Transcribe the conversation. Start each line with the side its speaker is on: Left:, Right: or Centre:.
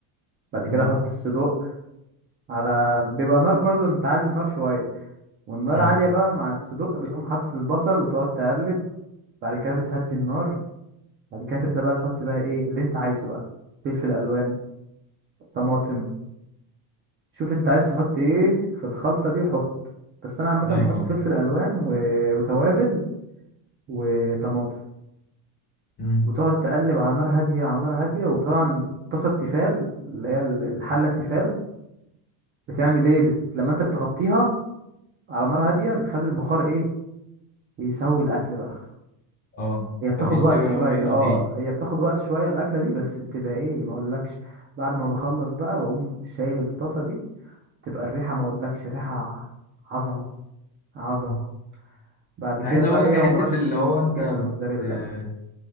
Right: بعد
Left: تمام
Right: كده احط الصدق على بيبقى نار برضو انت عالي النار شوية والنار
Left: مم.
Right: عالية بقى مع الصدق بتقوم حاطط البصل وتقعد تقلب بعد كده بتهدي النار بعد كده تبدأ بقى تحط بقى ايه اللي انت عايزه بقى فلفل الوان طماطم شوف انت عايز تحط ايه في الخلطة دي وحط بس انا عامة
Left: ايوه
Right: بحط فلفل الوان و... وتوابل وطماطم
Left: مم.
Right: وتقعد تقلب على نار هادية على نار هادية وطبعا طاسة التيفال اللي هي ال- الحلة التيفال بتعمل ايه بت... لما انت بتغطيها على نار هادية بتخلي البخار ايه يسوي الاكل بقى
Left: اه
Right: هي بتاخد
Left: فبيستوي
Right: وقت شوية
Left: بقى منه
Right: اه
Left: فيه
Right: هي بتاخد وقت شوية الأكلة دي بس بتبقى ايه ما اقولكش بعد ما بخلص بقى بقوم شايل الطاسة دي تبقى الريحة ما اقولكش ريحة عظمة عظمة
Left: مم.
Right: بعد
Left: انا
Right: كده
Left: عايز اقول
Right: بقى ايه
Left: لك حتة
Right: اقوم رشش
Left: اللي هو
Right: شوية
Left: انت
Right: جبنة موتزاريلا
Left: بت
Right: بقى